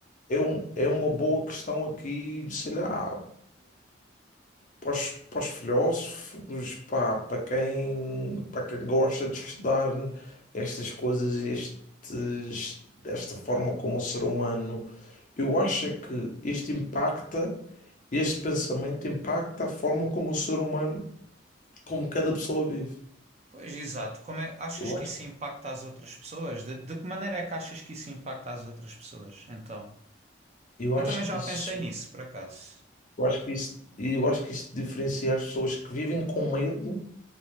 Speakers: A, on the left (about 40°); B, on the right (about 35°).
A: é, um, é uma boa questão aqui, sei lá, para os, para os filósofos, pá, para quem, para quem gosta de estudar estas coisas, estes, desta forma como o ser humano, eu acho é que isto impacta, este pensamento impacta a forma como o ser humano, como cada pessoa vive.
B: Pois exato. Como é, achas
A: Eu
B: que
A: acho,
B: isso impacta as outras pessoas? De, de que maneira é que achas que isso impacta as outras pessoas? Então,
A: eu
B: eu
A: acho
B: também já
A: que isso,
B: pensei nisso, por acaso.
A: eu acho que isso, eu acho que isso diferencia as pessoas que vivem com medo